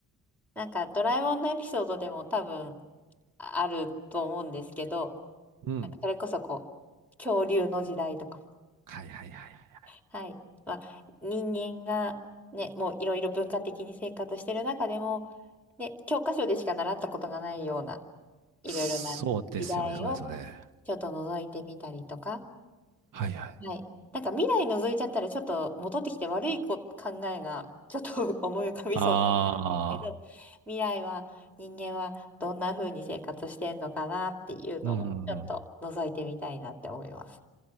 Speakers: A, in the centre; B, on the right (about 85°).
A: なんかドラえもんのエピソードでも多分あると思うんですけど、
B: うん。
A: なんかそれこそこう、恐竜の時代とか。
B: はいはいはいはい。
A: はい。まあ、人間がね、もういろいろ文化的に生活してる中でも、ね、教科書でしか習ったことがないような、いろいろな時代を
B: そうですよね、そうですよね。
A: ちょっと覗いてみたりとか。
B: はいはい。
A: はい。なんか未来覗いちゃったらちょっと戻ってきて悪いこ考えがちょっと <laughs> 思い浮かびそうなんですけど、
B: ああ、
A: 未来は人間はどんな風に生活してんのかなっていうのもちょっと覗いてみたいなって思います。
B: うんうんうん。